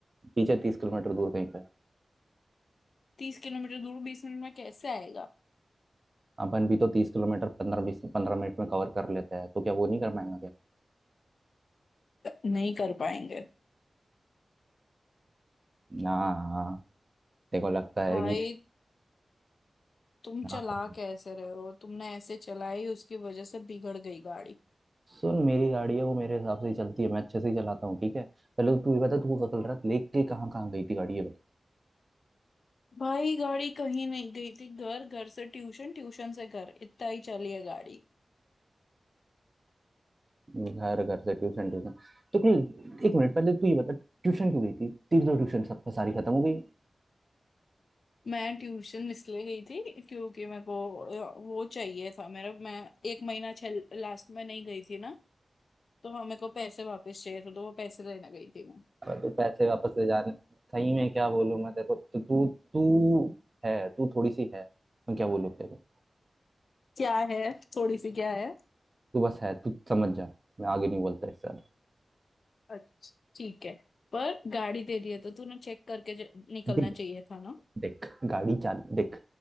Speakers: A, on the right (about 40°); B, on the left (about 75°).
A: पीछे तीस किलोमीटर दूर कहीं पे है।
B: तीस किलोमीटर दूर बीस मिनट में कैसे आएगा
A: अपन भी तो तीस किलोमीटर पंद्रह बीस पंद्रह मिनट में कवर कर लेते हैं तो क्या वो नहीं कर पाएंगे क्या
B: नहीं कर पाएंगे
A: ना देखो लगता है
B: भाई
A: कि
B: तुम
A: क्या
B: चला
A: करूं।
B: कैसे रहे हो तुमने ऐसे चलाई उसकी वजह से बिगड़ गई गाड़ी
A: सुन मेरी गाड़ी है वो मेरे हिसाब से ही चलती है मैं अच्छे से ही चलाता हूँ ठीक है पहले तो तू ये बता तू कल रात लेके कहाँ कहाँ गई थी गाड़ी ये
B: भाई गाड़ी कहीं नहीं गई थी घर घर से ट्यूशन ट्यूशन से घर इतना ही चली है गाड़ी
A: बता घर घर से ट्यूशन ट्यूशन तो कल एक मिनट पहले तू ये बता ट्यूशन क्यों गई थी तेरी तो ट्यूशन सब सारी खत्म हो गई
B: मैं ट्यूशन इसलिए गई थी क्योंकि मेरे को अ, वो चाहिए था मेरा मैं एक महीना छल लास्ट में नहीं गई थी ना तो हाँ मेरे को पैसे वापस चाहिए थे तो वो पैसे लेने गई थी मैं
A: अब तू पैसे वापस ले जाने सही में क्या बोलूँ मैं तेरे को तो तू तू है तू थोड़ी सी है मैं क्या बोलूँ तेरे को
B: क्या है थोड़ी सी क्या है
A: तू बस है तू समझ जा मैं आगे नहीं बोलता इससे
B: अच्छा ठीक है पर गाड़ी तेरी है तो तूने चेक करके ज- निकलना
A: ज्यादा।
B: चाहिए था ना
A: देख गाड़ी चाल देख